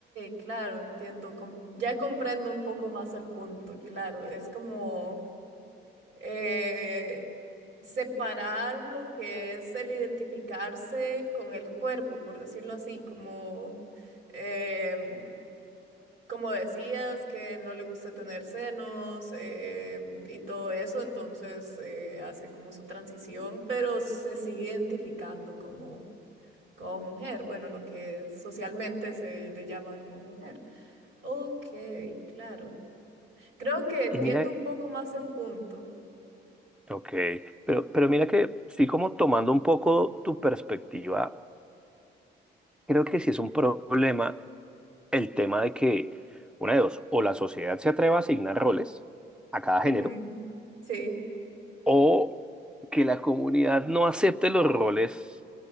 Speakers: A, on the right; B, in the centre.
A: claro, entiendo. com- ya comprendo un poco más el punto, claro. Es como eh, separar lo que es el identificarse con el cuerpo, por decirlo así, como, em, como decías, que no le gusta tener senos em, y todo eso, entonces eh, hace como su transición, pero se sigue identificando como, como mujer, bueno, lo que socialmente se le llama como mujer. Ok, claro. Creo que entiendo
B: Y mira,
A: un poco más el punto.
B: ok, pero, pero mira que sí como tomando un poco tu perspectiva, creo que sí es un problema el tema de que, una de dos, o la sociedad se atreva a asignar roles a cada
A: Ujú,
B: género,
A: Sí.
B: o que la comunidad no acepte los roles